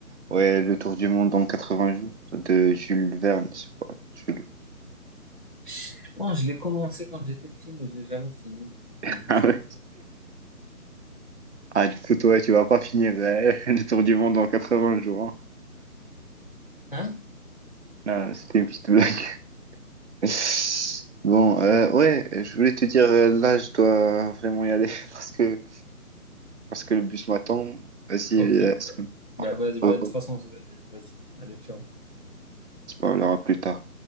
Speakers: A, on the right; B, on the left.
A: ouais, le tour du monde en 80 jours de Jules Verne, je sais pas. Jules
B: je pense que je l'ai commencé quand j'étais pris mais je l'ai jamais fini
A: <laughs>
B: mais juste
A: Ah ouais. Ah, du coup, toi, tu vas pas finir euh, <laughs> le tour du monde en 80 jours. hein.
B: Hein?
A: Là, c'était une petite blague. <laughs> Bon, euh, ouais, je voulais te dire, euh, là, je dois vraiment y aller <laughs> parce que, parce que le bus m'attend. Vas-y,
B: Ok,
A: euh,
B: ok.
A: ça-
B: Bah vas-y, bah,
A: on
B: de toute façon, on se le dit. Vas-y, allez, ciao.
A: se parlera plus tard.